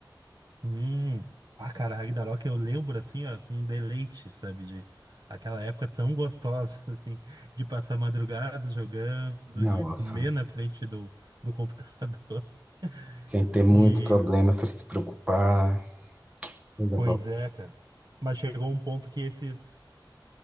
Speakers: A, on the right; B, on the right.
A: Hum. Ah, cara, Ragnarok eu lembro assim, ó, com deleite, sabe? De aquela época tão gostosa, <laughs> assim, de passar madrugada jogando,
B: Nossa,
A: de comer na frente do, do computador.
B: sem
A: <laughs>
B: ter muito
A: E,
B: problema, só se preocupar, coisa
A: pois
B: boa.
A: é, cara. Mas chegou um ponto que esses.